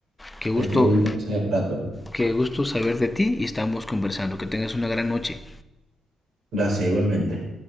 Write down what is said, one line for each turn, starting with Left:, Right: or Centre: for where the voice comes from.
Left: Qué gusto,
Right: Te escribo entonces al rato.
Left: qué gusto saber de ti y estamos conversando. Que tengas una gran noche.
Right: Gracias, igualmente.